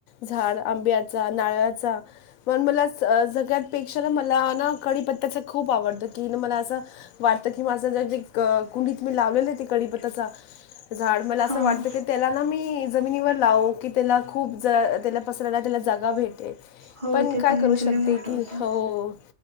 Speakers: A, on the left (about 80°); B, on the right (about 25°).
A: झाड आंब्याचा नाळ्याचा म्हण मला सगळ्यापेक्षा ना मला ना कढीपत्ताच खूप आवडत कि ना मला असं वाटत कि माझं जरे कुंडीत मी लावलेलं ते कीपत्ताचा झाड मला
B: हा
A: असं वाटतं
B: हा
A: की त्याला ना मी जमिनीवर लाव की त्याला खूप त्याला पसरायला त्याला जागा भेटे
B: हो
A: पण
B: ते
A: काय करू
B: म्हणजे
A: शकते
B: लय मोठं
A: की
B: होतं
A: हो